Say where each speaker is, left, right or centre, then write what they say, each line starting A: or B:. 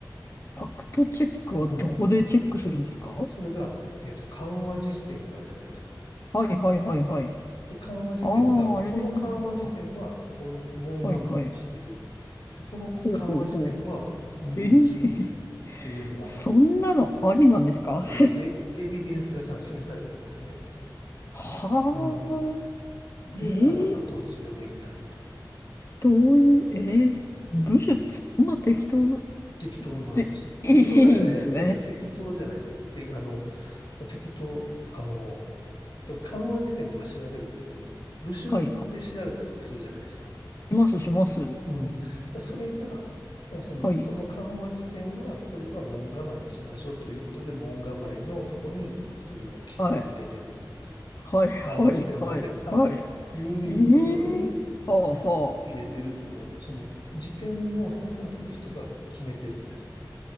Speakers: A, on the left; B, on the left.
A: ファクトチェックはどこでチェックするんですか
B: うん。それが、えっと、緩和辞典があるじゃないですか。
A: はいはいはいはい。
B: で、緩和辞典が、
A: ああ、あれで見るのか。
B: この緩和辞典は、この門構えにしてる。
A: はいはい。
B: で、この緩和辞典は耳にしてるっ
A: ほうほうほう。えー、<laughs>
B: ていうのが、
A: そんなのありなんですか
B: そう。で、エビデンスがちゃんと示されてるんですよね。
A: はあ、
B: うん。で、
A: えー、
B: あ、だからどっちでもいいんだ、みたい
A: どういう、えー、
B: な。
A: 部首ってそんな適当
B: うん、適当なんです。
A: でいいんですね。
B: 適当、あいやいや、いや、適当じゃないです。て、あの、適当、あの、要は漢和辞典とか調べるときに、部首で調べたりとかするじゃないですか。
A: はいしますします。
B: うん。だからそれが、だからその、
A: はい。
B: その漢和辞典は、これは門構えにしましょうということで、門構えのとこに、それを、聞くを入れてる
A: はい。はい、はい、
B: 緩和辞典もあれば、
A: はい、はい。
B: <laughs> 耳のところに、
A: ええはあ、
B: あの、
A: は
B: 入れてるっていうのは、その辞典を編纂する人が決めてるんですって。